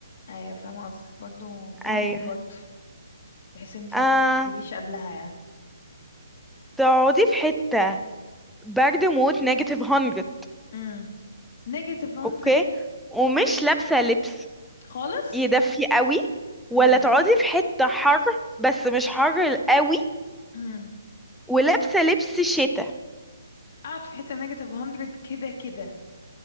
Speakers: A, on the left; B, in the centre.
A: ايوه فاهمة قصدك برضو منطق
B: ايوه
A: برضو بحيث ان انت
B: آه...
A: ما تتعذبيش قبلها يعني
B: تقعدي في حته برد موت نيجاتيف 100
A: امم نيجاتيف 100
B: اوكي ومش لابسه لبس
A: خالص
B: يدفي قوي ولا
A: امم
B: تقعدي في حته حر بس مش حر قوي
A: امم
B: ولابسه لبس شتاء
A: اقعد في حته نيجاتيف 100 كده كده